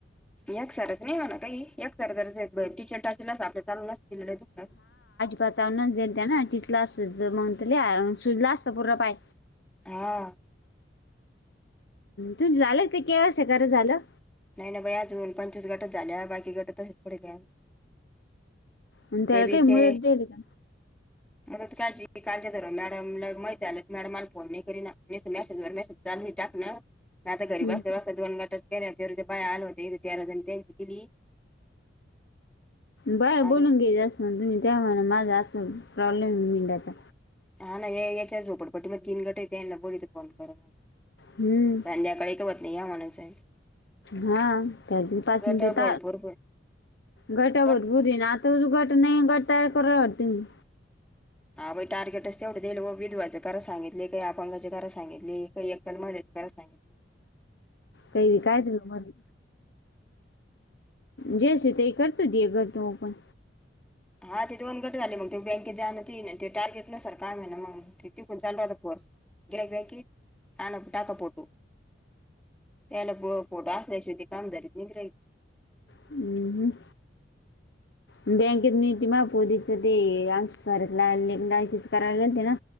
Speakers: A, in the centre; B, on the left.
A: एक सारच नाही म्हणा काही एक सरच टीचल टाचेल अस आपल्या चालू न दि दुख
B: बचावणच देईल त्या ना टिचला अस मग त्या श सुजला असतं पूरं पाय
A: हा
B: तु झालं ते केवसा झालं!
A: नाही ना बाई अजून पंचवीस गटच झाल्या बाकी गट तसेच पडले
B: आणि त्याला
A: ते बी
B: काही मुदत
A: ते
B: दिली का?
A: मग का कालच्या मॅडमला माहिती आलं मॅडम मला फोन नाही करी ना मे मेसेजवर मेसेज चाली टाकणं नाही आता घरी
B: हम्म
A: बस बस दोन गटच केल्या ते ते बाय आल होते तेराण त्यां दिली
B: बरं
A: आता
B: बोलून घ्याय जा असं म्ह तुम्ही त्यामुळे माझा असं प्रॉब्लेम मेंडाचा
A: हा ना याच्या झोपडपट्टी मध्ये तीन गट होते यांना बोललीित फोन करून
B: हम्म
A: सध्याकाडे क वत नाही आहे म्हण स
B: हा त्या पाच मिनिट
A: गट भरपूर
B: गटावर
A: गट
B: पुर येन आ तर ज गट नाही गट तयार करवरतती मी
A: हा बाई टार्गेटच तेवढं दिल व विधवाचंरा सांगितले काही आपगाची करा सांगितली काही एककल मडचे करायला सागितले
B: काही विकयच मध्ये जेस ते करतो. दे घर तपण
A: हा ते दोन गट झाले मग ते बँकेत जाणं ती ते टार्गेटला सर काय आहे. ना मग कोांात पर् गि्रक ग आना टडाका पट <unintelligible> त्याला फोटो असल्याशिवाय ते काम दरीत नाही गृहीत
B: हम बँकेत मी ते माझ्या पोरीचं ते आमच्या आमचं सारीत लेकीचं करायला गेलती ना